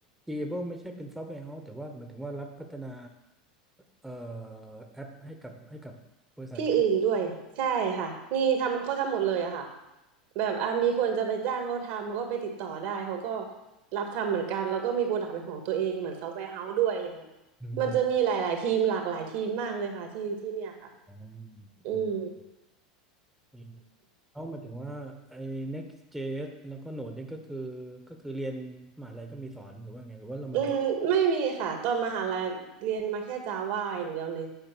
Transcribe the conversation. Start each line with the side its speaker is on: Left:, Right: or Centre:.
Centre: Gable ไม่ใช่เป็นซอฟต์แวร์เฮาส์แต่ว่าหมายถึงว่ารับพัฒนาเอ่อแอปให้กับให้กับบริษัท
Right: ที่อื่นด้วยใช่ค่ะ นี่ทำเขาทำหมดเลยอะค่ะแบบอ่ะมีคนจะไปจ้างเขาทำก็ไปติดต่อได้เขาก็รับทำเหมือนกันแล้วก็มีโปรดักต์เป็นของตัวเองเหมือนซอฟต์แวร์เฮาส์ด้วยอะไรเงี้ย
Centre: อืมอืม
Right: มันจะมีหลายๆทีมหลากหลายทีมมากเลยค่ะที่ที่เนี่ยค่ะ
Centre: อ๋อ
Right: อืม
Centre: อืมอืมเขาหมายถึงว่าไอ้ Next.js แล้วก็ Node เนี่ยก็คือก็คือเรียนมหาลัยก็มีสอนหรือว่าไงหรือว่าเรามาถึง
Right: อืมไม่มีค่ะตอนมหาลัยเรียนมาแค่จาว่าอย่างเดียวเลย